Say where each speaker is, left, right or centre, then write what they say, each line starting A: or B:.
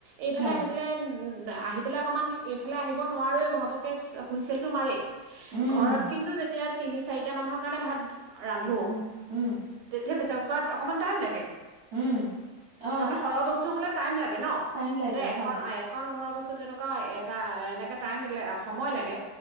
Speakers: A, on the right (about 85°); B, on the right (about 55°).
A: এইফালে
B: হয়
A: আহি উম, উম আহি পেলাই অকমান এইফালে আহিব নোৱাৰোৱে ঘপকহে হুইচল টো মাৰেই।
B: উম
A: ঘৰত কিন্তু যেতিয়া তিনি চাৰিটা মানুহৰ কাৰণে ভাত ৰান্ধো
B: উম উম
A: <inaudible> অকমান টাইম লাগে
B: উম অ
A: তাৰমানে সৰহ বস্তু হলে টাইম লাগে ন
B: টাইম লাগে
A: এতিয়া এখন
B: হয়।
A: এখন ঘৰৰ বস্তুত এনেকুৱা এটা এনেকে টাইম সময় লাগে